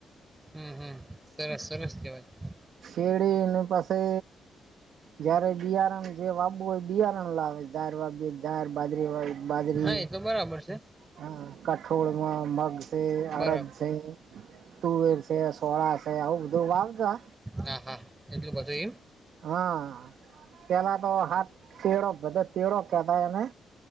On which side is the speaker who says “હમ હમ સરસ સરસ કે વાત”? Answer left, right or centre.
Right